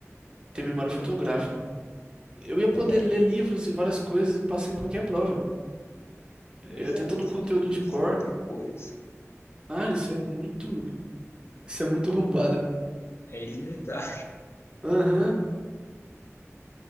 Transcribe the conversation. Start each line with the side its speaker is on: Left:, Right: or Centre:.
Right: Tem memória fotográfica. Eu ia poder
Left: Também,
Right: ler livros e várias coisas e passar em qualquer prova. Eu
Left: exato.
Right: ia ter todo o conteúdo
Left: Podia
Right: de cor.
Left: fazer qualquer coisa.
Right: Ah, isso é muito. Isso é muito roubado.
Left: É ilimitar.
Right: Aham.